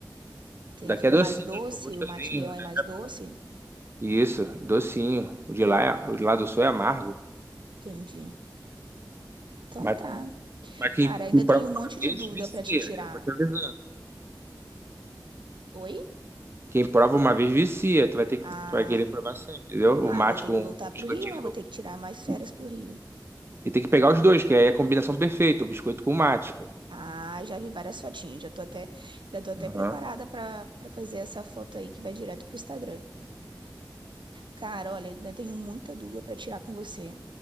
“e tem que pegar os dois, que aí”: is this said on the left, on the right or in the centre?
Right